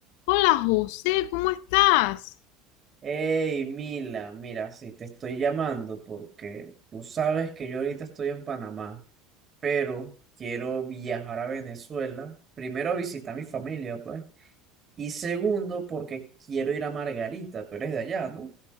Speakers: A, on the left (about 65°); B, on the right (about 35°).
A: Hola José, ¿cómo estás?
B: Hey, Mila, mira, sí, te estoy llamando porque tú sabes que yo ahorita estoy en Panamá, pero quiero viajar a Venezuela. Primero a visitar a mi familia, pues. Y segundo, porque quiero ir a Margarita, tú eres de allá, ¿no?